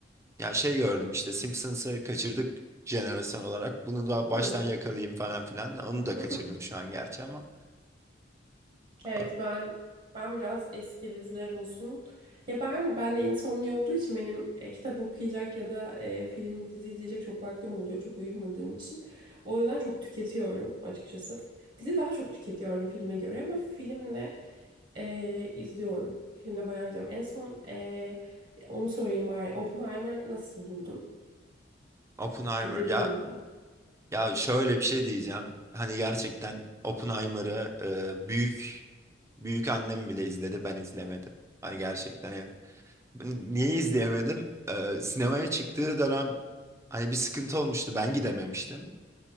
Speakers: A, on the right (about 15°); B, on the right (about 45°).
A: Ya şey gördüm işte Simpsons'ı kaçırdık jenerasyon olarak. Bunu da
B: Hı.
A: baştan yakalayayım falan filan. Onu da
B: <laughs>
A: kaçırdım şu an gerçi ama
B: Evet
A: e,
B: ben ben biraz eski diziler olsun. Ya ben ben de insomnia olduğu için benim e, kitap okuyacak ya da e, film dizi izleyecek çok vaktim oluyor çok uyumadığım için. O yüzden çok tüketiyorum açıkçası. Dizi daha çok tüketiyorum filme göre ama filmle e, izliyorum. Filmde bayağı izliyorum. En son e, onu sorayım bari. Oppenheimer'ı nasıl buldun?
A: Oppenheimer
B: İzledin
A: ya
B: mi ya da?
A: ya şöyle bir şey diyeceğim. Hani gerçekten Oppenheimer'ı e, büyük büyük annem bile izledi ben izlemedim. Hani gerçekten Ben Niye izleyemedim? Ee, sinemaya çıktığı dönem hani bir sıkıntı olmuştu. Ben gidememiştim.